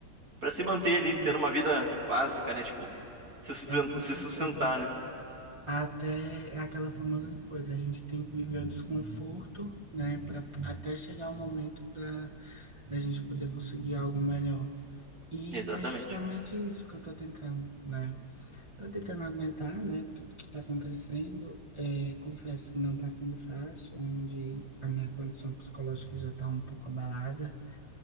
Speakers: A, on the right; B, on the right.
A: pra se manter
B: Sim,
A: ali, tendo uma vida básica, né? Tipo, se susten-
B: é com
A: se
B: certeza.
A: sustentar, né?
B: Até é aquela famosa coisa, a gente tem que viver o desconforto, né, para até chegar o momento da, da gente poder conseguir algo melhor. E
A: Exatamente.
B: é justamente isso que eu tô tentando, né? Tô tentando aguentar, né, tudo que tá acontecendo. É, confesso que não tá sendo fácil, onde a minha condição psicológica já tá um pouco abalada.